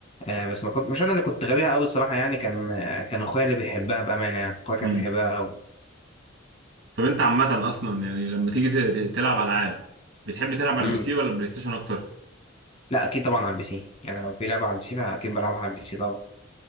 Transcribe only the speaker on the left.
آه بس ما كنت مش انا اللي كنت غاويها قوي الصراحه يعني كان آه كان اخويا اللي بيحبها بامانه يعني اخويا كان
بيحبها قوي
مم.
لا اكيد طبعا على البي سي يعني لو في لعبه على البي سي فاكيد بلعبها على البي سي طبعا